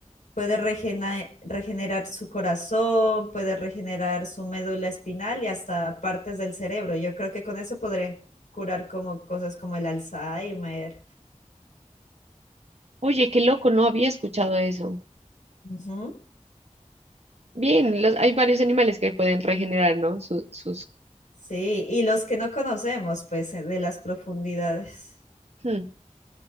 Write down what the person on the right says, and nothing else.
Oye, qué loco, no había escuchado eso.
Bien, los, hay varios animales que pueden regenerar, ¿no? Su- sus.
Hmm.